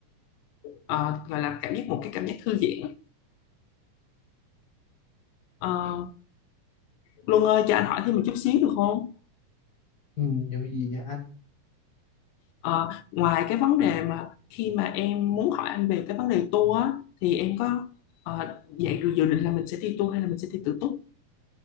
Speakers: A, on the left (about 85°); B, on the left (about 50°).
A: ờ, gọi là cảm giác một cái cảm giác thư giãn Ờ, Luân ơi cho anh hỏi thêm một chút xíu được không?
B: ừ, như gì vậy
A: Ờ, ngoài cái vấn đề mà khi mà em muốn hỏi anh về cái vấn đề tour á, thì em có ờ, vậy dự dự định là mình sẽ đi tour hay là mình sẽ đi tự túc?